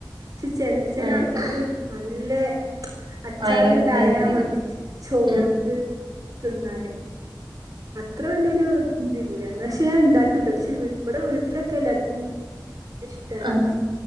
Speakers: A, on the right; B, on the right.
A: ക്ഷെ ചെല, ചെല
B: ഏഹ്
A: ആൾക്കാർക്ക് നല്ലെ അച്ചാറ്ങ്ങട്ട്
B: ഭയങ്കര ക്രേസിയേക്കാരം
A: ആയാ മതി. ചോറ്ക്ക്
B: ഉം
A: തിന്നാന്. അത്ര വല്യോരു ഇതില്ല. ന്ന പക്ഷെ ഞാൻ ഉണ്ടാക്കു ട്ടോ. പക്ഷെ വടെ വീട്ടിലൊക്കെ എല്ലാർക്കും ഇഷ്ടാണ്.
B: ആഹ്